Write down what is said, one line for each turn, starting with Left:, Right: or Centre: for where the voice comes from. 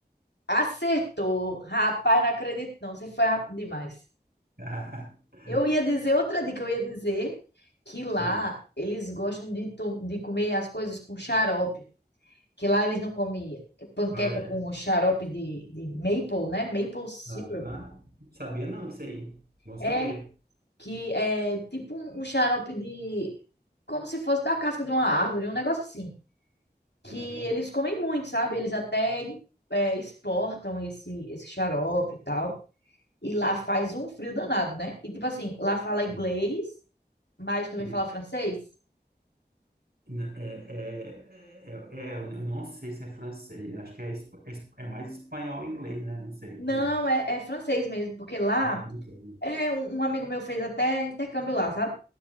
Left: acertou. Rapaz, não acredito não. Você foi rápido demais.
Right: <laughs>
Left: Eu ia dizer outra dica, eu ia dizer que lá
Right: Hum.
Left: eles gostam de, to- de comer as coisas com xarope, que lá eles não comem panqueca
Right: Ah, é?
Left: com xarope de, de maple, né? Maple syrup.
Right: Ah, sabia não disso aí. Bom saber.
Left: É que é tipo um, um xarope de como se fosse da casca de uma árvore, um negócio assim, que
Right: Ah, é.
Left: eles comem muito, sabe? Eles até é, exportam esse esse xarope e tal. E lá faz um frio danado, né? E tipo assim, lá fala inglês,
Right: Sim.
Left: mas também
Right: E
Left: fala francês.
Right: na- É, é, é, é, eu eu não sei se é francês, acho que é, espa- é es- é mais espanhol e inglês, né? Não sei
Left: Não,
Right: também.
Left: é, é francês mesmo, porque lá
Right: Ah, é francês. né?
Left: é um, um amigo meu fez até intercâmbio lá, sabe?